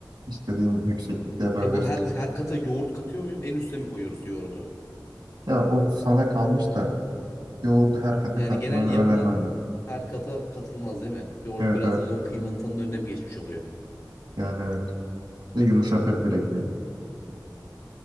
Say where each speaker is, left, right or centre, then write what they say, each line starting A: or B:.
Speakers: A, on the right (about 80°); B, on the left (about 45°).
A: istediğin yükseklikte yapabilirsin.
B: Ya bu her her kata yoğurt katıyor muyum? En üste mi koyuyoruz yoğurdu?
A: Ya o sana kalmış da yoğurdu her kata
B: Yani
A: katmanı
B: genel yapılan
A: önermem ben.
B: her kata katılmaz değil mi? Yoğurt
A: Evet
B: biraz
A: evet
B: da o zaman kıymanın tadının önüne mi geçmiş oluyor?
A: yani evet. Bir De yumuşatabilir ekmeği.